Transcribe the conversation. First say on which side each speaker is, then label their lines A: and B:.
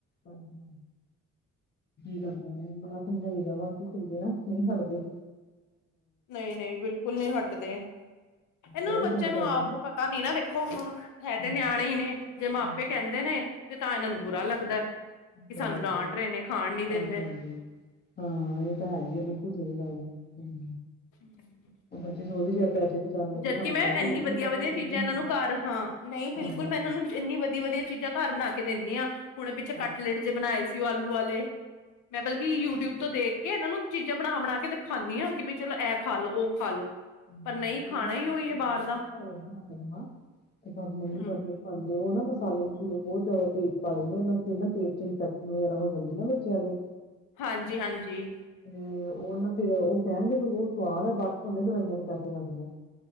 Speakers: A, on the left; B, on the left.
A: ਹਾਂਜੀ ਹਾਂ ਏਦ ਕਰਦਾਦਾ। ਸਮਝਾਈਦਾ ਵਾਕ ਕਰਏ ਨਾ ਨਹੀਂ ਹ‌ ੜਦੇ।
B: ਨਹੀਂ- ਨਹੀਂ ਬਿਲਕੁਲ ਨਹੀਂ ਹਟਦੇ। ਇਹਨਾਂ
A: ਗਲਾ
B: ਨੂੰ
A: ਵੀ
B: ਬੱਚਿਆਂ
A: ਸਗੋਂ
B: ਨੂੰ
A: ਪੈ ਜਾਂਦਾ
B: ਆਪ ਪਤਾ ਨੀ ਨਾ ਦੇਖੋ ਹੁਣ ਹੈ
A: ਹਾਂਜੀ
B: ਤੇ ਨਿਆਣੇ ਹੀ ਨੇ। ਜੇ ਮਾਪੇ,
A: ਹਾਂਜੀ
B: ਕਹਿੰਦੇ ਨੇ ਤੇ ਤਾਂ ਇਹਨਾਂ ਨੂੰ ਬੁਰਾ ਲੱਗਦਾ। ਕਿ
A: ਚੰਗਾ
B: ਸਾਨੂੰ
A: ਲੱਗਦਾ
B: ਡਾਂਟ ਰਹੇ ਨੇ ਖਾਣ ਨੀ ਦਿੰਦੇ
A: ਹਾਂਜੀ, ਹਾਂਜੀ ਹਾਂ ਇਹ ਤਾਂ ਹੈ ਹੀ ਆ ਬਿਲਕੁਲ ਸਹੀ ਗੱਲ ਏ। ਹਮ
B: ਹਮ
A: ਬੱਚੇ ਸੋਚਦੇ ਸੀ ਪੈਸੇ। ਬਚਾਉਣ ਕਰਕੇ
B: ਜਦਕਿ
A: ਸਾਨੂੰ
B: ਮੈਂ
A: ਕਹਿੰਦੇ
B: ਇੰਨੀ
A: ਇਹ
B: ਵਧੀਆ
A: ਨੀ ਪਤਾ
B: -ਵਧੀਆ
A: ਸਹੀ
B: ਚੀਜ਼ਾਂ
A: ਨੀ
B: ਇਹਨਾਂ
A: ਹੈਗੇ।
B: ਨੂੰ ਘਰ ਹਾਂ ਨਹੀਂ, ਬਿਲਕੁਲ
A: ਹਾਂਜੀ ਹਾਂਜੀ।
B: ਮੈਂ ਇਹਨਾਂ ਨੂੰ। ਇੰਨੀ ਵਧੀਆ -ਵਧੀਆ ਚੀਜ਼ਾਂ ਘਰ ਬਣਾ ਕੇ ਦਿੰਦੀ ਆਾਂ ਹੁਣ ਪਿੱਛੇ
A: ਹਾਂਜੀ
B: ਕਟਲੇਟ ਜੇ ਬਣਾਏ ਸੀ ਉਹ ਆਲੂ ਆਲੇ। ਮੈਂ ਬਲਕਿ ਯੂਟਿਊਬ ਤੋਂ ਦੇਖ। ਕਿ ਇਹਨਾਂ ਨੂੰ ਚੀਜ਼ਾਂ ਬਣਾ -ਬਣਾ ਕੇ ਦਿ ਖਾਂਦੀ ਹਾਂ ਕਿ ਬ ਚਲੋ ਇਹ ਖਾ ਲ ਲੋ ਉਹ ਖਾ ਲੋ
A: ਹਾਂਜੀ
B: ਪਰ ਨਹੀਂ। ਖਾਣਾ
A: ਮੇਰੀ ਵੀ
B: ਹੀ
A: ਕੋਸ਼ਿਸ਼
B: ਉਹੀ ਹੈ
A: ਮ
B: ਬਾਹਰ
A: ਜਾਂਦੀ
B: ਦਾ
A: ਘਰ ਇਧਰ ਕ ਦੇਵਾਂ ਤੇ ਪਰ ਨਹੀਂ
B: ਹਮ
A: ਪਰ, ਮੰਨਦੇ ਉਹ ਨਾ ਮਸਾਲੇ -ਮਸੂਲੇ ਬਹੁਤ ਜ਼ਿਆਦਾ ਤੇਜ਼ ਪਾ ਦਿੰਦੇ ਉਹ ਨਾ ਪੇਟ ਚ ਇਨਫੈਕਸ਼ਨ ਵਗੈਰਾ ਹੋ ਜਾਂਦੀ ਨਾ ਬੱਚਿਆਂ ਦੇ। ਹ
B: ਹਾਂਜੀ -ਹਾਂਜੀ
A: ਤੇ ਉਹ ਨਾ ਫੇਰ ਉਹ ਕਹਿਣਗੇ ਤ ਸਵਾਦ ਹੈ ਬਾਅਦ ਭਾਵੇਂ ਦਵਾਈਆਂ ਚ ਪੈਸੇ ਲੱਗ ਜਾਣ।